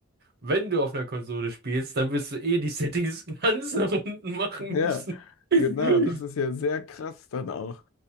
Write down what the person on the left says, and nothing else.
Ja,
genau, das ist ja sehr krass dann auch.